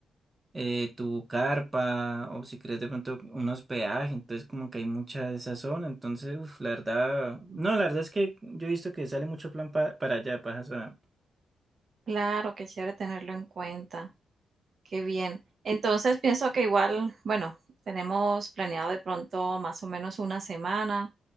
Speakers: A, on the right; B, on the right.
A: eh, tu carpa o si crees de pronto un hospedaje, entonces como que hay mucha de esa zona, entonces uf, la verdad, no, la verdad es que yo he visto que sale mucho plan pa- para allá, para esa zona,
B: Claro, qué chévere tenerlo en cuenta. Qué bien. Entonces pienso que igual, bueno, tenemos planeado de pronto más o menos una semana.